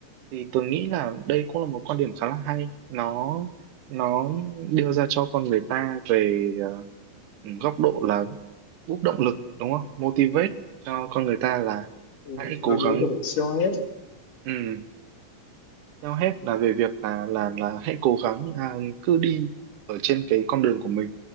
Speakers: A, on the right; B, on the left.
A: thì tường nghĩ là đây cũng là một quan điểm khá là hay nó nó đưa ra cho con người ta về ờ, góc độ là bút động lực đúng không motivate cho con người ta là
B: ừ,
A: hãy
B: nó
A: cố
B: giống
A: gắng
B: kiểu là COS.
A: ừ, theo hết là về việc là là là hãy cố gắng à, cứ đi ở trên cái con đường của mình